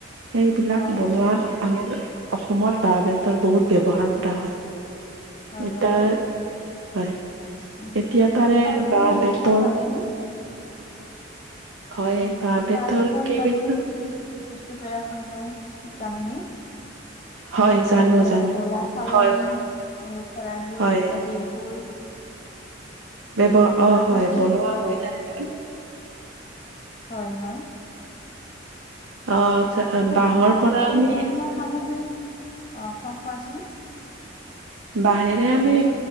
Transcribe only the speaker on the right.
সেইবিলাক
বনোৱাত আমাৰ অসমত বাঁহ বেতৰ বহুত ব্যৱহাৰ কৰা হয়
এ
তয়া হয়
এতিয়া তাৰে
বাঁহ
বেতৰ
হয়
বাঁহ বেতৰ
কেইবিধ
হয়
জানো
জানো
হয়
হয়
ব্যৱ
অ
হয়
বনোৱা
হয় তেনেকে
অ
ত-
বাঁহৰ
পৰা আমি
বাহেৰে আমি